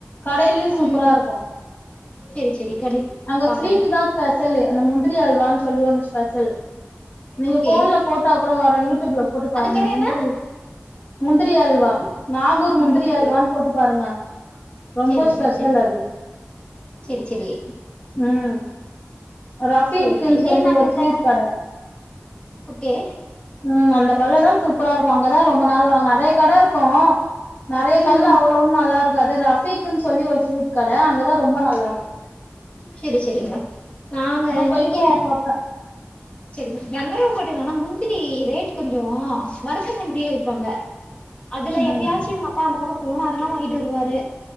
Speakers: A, on the left; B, on the left.
A: கடைலயு சூப்பரா
B: ம்
A: இருக்கு
B: சேரி சேரி கண்டிப்
A: அங்க
B: பாக்குறே
A: ஸ்வீட்டுதா ஸ்பெசலு அந்த முந்திரி அல்வான்னு சொல்லி ஒன்னு ஸ்பெசல் நீங்க
B: ஓகே
A: ஃபோன்ல போட்டா கூட வரு யூடியூப்ல போட்டு பாருங்க
B: அது பேரு
A: முந்திரி
B: என்ன
A: முந்திரி அல்வா நாகூர் முந்திரி
B: ம்
A: அல்வான்னு போட்டு பாருங்க ரொம்ப
B: செரிங்க
A: ஸ்பெஷல்
B: செரி
A: அது
B: செரி செரி
A: ம் ரஃபீக்குன்னு
B: செரிங்க இங்கயே
A: சொல்லி
B: நாங்க
A: ஒரு
B: இந்த
A: ஸ்வீட் கட
B: ஓகே
A: ம் அந்த கட்லதா சூப்பரா இருக்கு அங்கதா ரொம்ப நாள் வாங்குவ நெறயா கட இருக்கு நெறயா
B: ம்
A: கட்ல அவ்ளோ ஒன்னு நல்லா இருக்காது ரஃபீக்ன்னு சொல்லி ஒரு ஸ்வீட் கட அங்கதா ரொம்ப நல்லாருக்கு
B: செரி செரிங்க நாங்க
A: போயிருவோ
B: இங்க
A: அப்பப்ப
B: சரிங்க கந்தர்வ கோட்டல ஆனா முந்திரி ரேட்டு கொஞ்சோ வருத்த முந்திரியா விப்பாங்க அதுல
A: ம்
B: எப்யாச்சு இவுங்க அப்பா அந்த பக்கோ போனாருனா வாங்கிட்டு வருவாரு